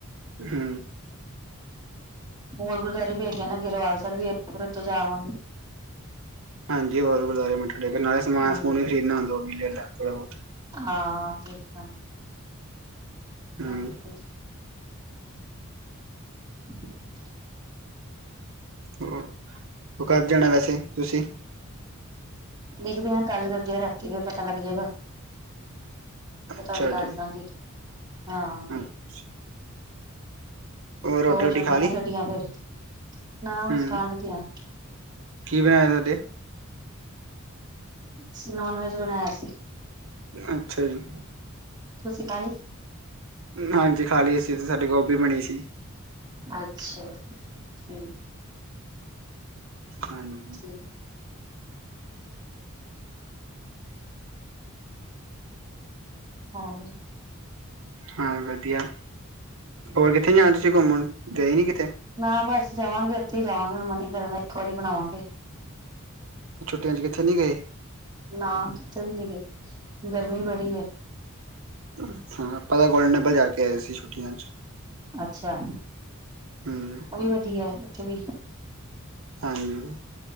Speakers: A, on the right; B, on the right.
A: ਹੂੰ।
B: ਹੋਰ ਗੁਰਦੁਆਰੇ ਵੀ ਹੈਗੇ ਨਾ ਅੱਗੇ ਰਵਾਲ ਸਾਹਿਬ ਵੀ ਹੈ, ਫਿਰ ਉੱਥੇ ਜਾ ਆਵਾਂਗੇ।
A: ਹਾਂਜੀ ਹੋਰ ਗੁਰਦੁਆਰੇ ਬੜੇ ਨੇ, ਨਾਲੇ ਸਮਾਨ
B: ਹਮ
A: ਸਮੂਨ ਵੀ ਖਰੀਦਣਾ ਹੁੰਦਾ, ਔਵੀ ਲੈ ਲਾਂਗੇ ਥੋੜਾ ਬਹੁਤ
B: ਹਾਂ, ਦੇਖ ਲਾਂਗੇ
A: ਹੂੰ
B: ਹੋਰ ਕੀ <inaudible> <unintelligible>
A: ਹੂੰ, ਉਹ ਕਦ ਜਾਣਾ ਵੈਸੇ ਤੁਸੀ?
B: ਦੇਖਦੇ ਹਾਂ, ਗੱਲ ਕਰਦੇ ਰਾਤੀ ਫੇਰ, ਪਤਾ ਲੱਗ ਜਾਏਗਾ।
A: <inaudible> <unintelligible>
B: ਤੇ, ਤੁਹਾਨੂੰ ਦੱਸ
A: ਜੀ
B: ਦਾਂਗੀ, ਹਾਂ।
A: <inaudible> <inaudible> ਹੋਰ ਰੋਟੀ
B: ਦੋ, ਹੋ
A: ਰੂਟੀ
B: ਜਾਣਗੀਆਂ
A: ਖਾ ਲਈ
B: ਨਾ ਗੱਡੀਆਂ ਫੇਰ, ਨਾ
A: ਹੂੰ
B: ਬਸ ਜਾਣ ਲਗੇ ਆਂ।
A: ਕੀ, ਬਣਾਯਾ ਤੁਹਾਡੇ?
B: ਅਸੀ ਨਾੱਨ- ਵੈਜ ਬਣਾਇਆ ਸੀ।
A: ਅੱਛਾ ਜੀ।
B: ਤੁਸੀਂ ਖਾ ਲਈ।
A: ਹਾਂਜੀ, ਖਾ ਲੀ ਅਸੀਂ, ਤੇ ਸਾਡੀ ਗੋਭੀ ਬਣੀ ਸੀ।
B: ਅੱਛਾ, ਠੀਕ ਹੈ
A: ਹਾਂਜੀ।
B: ਠੀਕ ਹੋ ਮਿਸ
A: ਹਾਂ ਵਧੀਆ, ਹੋਰ ਕਿੱਥੇ ਜਾਣਾ ਤੁਸੀਂ ਘੁੰਮਣ, ਗਏ ਨੀ ਕਿਤੇ?
B: ਨਾ ਬਸ ਜਾਵਾਂਗੇ, ਉੱਥੇ ਹੀ ਜਾਵਾਂਗੇ ਹੁਣ ਮਨੀਕਰਨ ਉੱਥੋਂ ਦੀ, ਬਣਾਵਾਂਗੇ।
A: ਛੁੱਟੀਆਂ 'ਚ ਕਿਤੇ ਨੀ ਗਏ?
B: ਨਾ, ਕਿਤੇ ਵੀ ਨੀ ਗਏ, ਗਰਮੀ ਬੜੀ ਏ।
A: ਅੱਛਾ, ਆਪਾਂ ਤਾਂ ਗੋਲਡਨ ਟੈਂਪਲ ਜਾ ਕੇ, ਆਏ ਸੀ ਛੁੱਟੀਆਂ 'ਚ।
B: ਅੱਛਾ,
A: ਹੂੰ
B: ਉਹ ਵੀ ਵਧੀਆ ਉੱਥੇ ਵੀ
A: ਹਾਂਜੀ,